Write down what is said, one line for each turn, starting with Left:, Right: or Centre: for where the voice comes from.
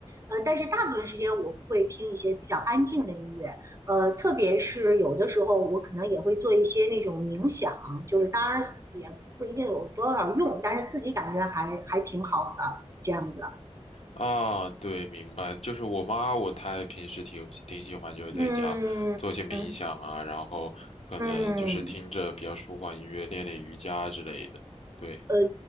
Right: 呃，但是大部分时间我会听一些比较安静的音乐。呃，特别是有的时候，我可能也会做一些那种冥想，就是当然也不一定有多少用，但是自己感觉还还挺好的这样子。
Left: 啊，对，明白。就是我妈，我她也平时挺挺喜欢，就是在家做一些冥想啊，
Right: 嗯嗯
Left: 然后可能就是听着比较舒缓音乐，
Right: 嗯。
Left: 练练瑜伽之类的。对
Right: 呃，